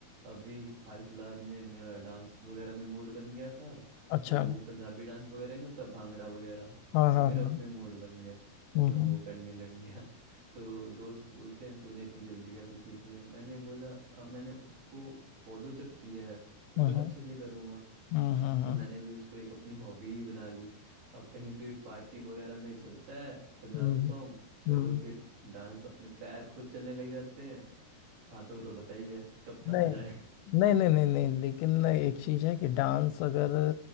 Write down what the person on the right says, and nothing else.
अभी हाल फिलहाल में मेरा डांस वगैरह में मूड बन गया था
तो वो पंजाबी डांस वगैरह नहीं होता भांगड़ा वगैरह
तो
मेरा
उसमें मूड बन गया तो
मैं
वो करने लग गया <laughs> तो दोस्त बोलते हैं तूने इतनी जल्दी कैसे सीख लिया मैंने बोला अब मैंने उसको फॉलो जब किया है तो
एकदम अच्छे से करूँगा
तो मैंने भी उसको एक अपनी हॉबी ही बना ली अब कहीं पे भी पार्टी वगैरह में चलता है पंजाबी
सॉन्ग चलो
फिर डांस अपने पैर खुद चलने लग जाते हैं हाथों को तो पता ही है कब कहाँ
जाए